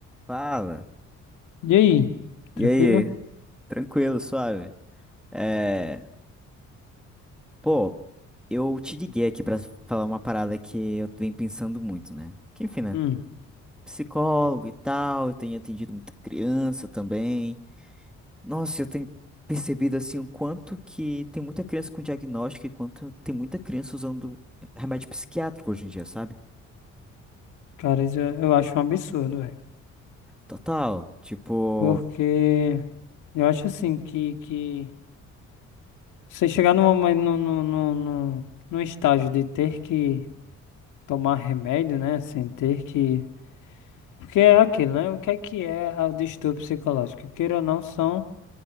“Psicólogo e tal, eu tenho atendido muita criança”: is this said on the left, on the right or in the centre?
Centre